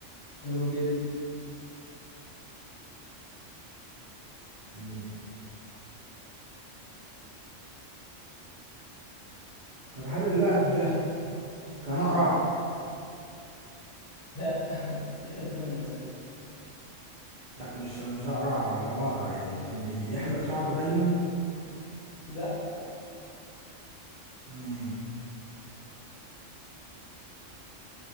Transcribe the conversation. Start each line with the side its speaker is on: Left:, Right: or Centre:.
Left: حلو جدا
Right: مم. طب هل اللاعب ده كان أقرع؟
Left: لا <laughs> كده تمن أسئلة
Right: لا مش مش أقرع اللي هو أقرع يعني كان بيحلق شعره دايما
Left: لا
Right: مم.